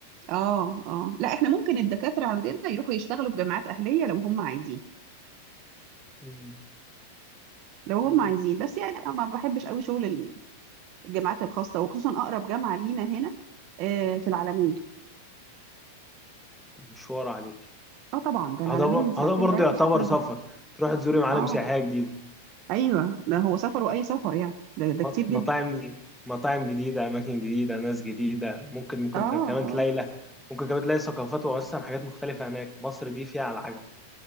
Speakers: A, on the right; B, in the centre.
A: اه اه لا احنا ممكن الدكاترة عندنا يروحوا يشتغلوا في جامعات أهلية لو هم عايزين
B: مم.
A: لو
B: يعني
A: هم عايزين بس يعني انا ما بحبش قوي شغل ال- الجامعات الخاصة وخصوصا أقرب جامعة لينا هنا آه في العالمين
B: مشوار عليك
A: اه طبعا ده العالمين
B: هذا بر-
A: ساعتين
B: هذا برضه
A: رايح
B: يعتبر
A: وساعتين
B: سفر
A: جاي
B: تروح تزوري معالم
A: اه
B: سياحية جديدة
A: ايوه ده هو سفر وأي سفر يعني ده ده
B: مط-
A: كتير جدا
B: مطاعم مطاعم جديدة أماكن جديدة ناس جديدة ممكن ممكن
A: اه
B: تلاقي كمان
A: اه
B: تلاقي له- ممكن كمان تلاقي ثقافات وأصلا حاجات مختلفة هناك مصر دي فيها على العجب